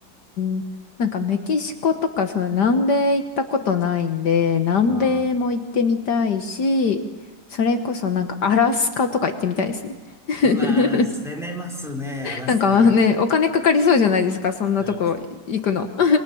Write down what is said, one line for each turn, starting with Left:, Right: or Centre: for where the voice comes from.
Left: ん。なんかメキシコとか、そう、南米行ったことないんで、南米も行ってみたいし、
Centre: ああー、
Left: それこそなんかアラスカとか行ってみたいですね。<laughs>
Centre: うわー、攻めますね、アラスカ。
Left: なんかね、
Centre: <laughs>
Left: お金かかりそうじゃないですか、そんなとこ行くの。
Centre: うん
Left: <laughs>